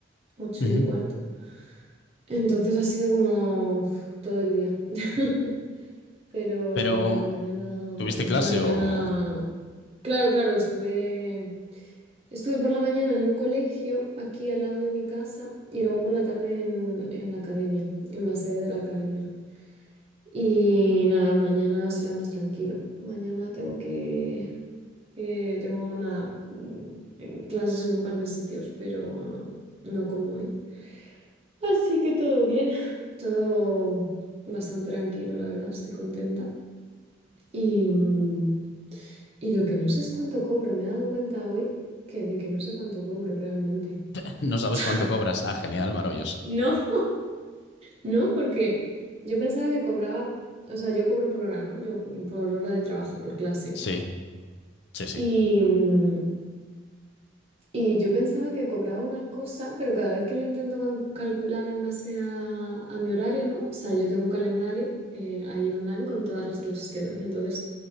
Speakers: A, on the right; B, on the left.
A: ocho
B: Ujú.
A: y cuarto. Entonces ha sido como uf, todo el día. <laughs> Pero
B: Pero,
A: bueno, mañana,
B: ¿tuviste
A: mañana,
B: clase o
A: claro, claro, estuve, estuve por la mañana en un colegio aquí al lado de mi casa y luego por la tarde en, en la academia, en la sede de la academia. Y nada, mañana será más tranquilo. Mañana tengo que, que tengo nada, mm, en clases en un par de sitios, pero no como hoy. Así que todo bien, todo bastante tranquilo, la verdad, estoy contenta. Y, mm, y lo que no sé es cuánto cobro, me he dado cuenta hoy que, de que no sé cuánto cobro realmente.
B: <laughs> no sabes
A: <laughs>
B: cuánto cobras? Ah, genial, maravilloso.
A: No, no, porque yo pensaba que cobraba, o sea, yo cobro por hora, ¿no? Yo por hora de trabajo, por clase.
B: Sí, sí, sí.
A: Y, mm, Y yo pensaba que cobraba una cosa, pero cada vez que lo intento can- calcular en base a, a mi horario, ¿no? O sea, yo tengo un calendario eh, ahí online con todas las clases que doy. Entonces,